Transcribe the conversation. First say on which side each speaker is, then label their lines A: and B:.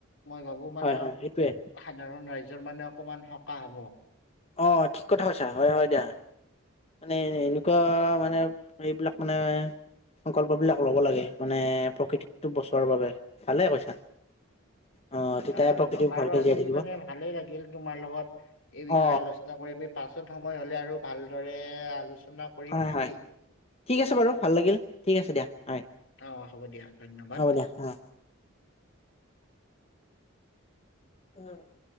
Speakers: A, on the left; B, on the left.
A: মই ভাবো মানে
B: হয় হয় সেইটোৱে
A: সাধাৰণ ৰাইজৰ মানে অকমান সকাহ হ'ব।
B: অ', ঠিক কথা কৈছা হয় হয় দিয়া। মানে এনেকুৱা মানে এইবিলাক মানে সংকল্প বিলাক ল'ব লাগে মানে প্ৰকৃতিকটো বচোৱাৰ বাবে ভালে কৈছা। অ তেতিয়াহে
A: অ',
B: প্ৰকৃতি
A: বাৰু
B: ভালকে
A: আজি
B: জীয়াই থাকিব
A: মানে ভালে লাগিল, তোমাৰ লগত এই বিষয়ে
B: অ
A: আলোচনা কৰি। পাছত সময় হ'লে আৰু ভালদৰে আলোচনা কৰিম
B: হয়
A: নেকি?
B: হয়, ঠিক আছে বাৰু ভাল লাগিল, ঠিক আছে দিয়া হয়।
A: অঁ হ'ব দিয়াঁ ধন্যবাদ।
B: হ'ব দিয়া অ উম।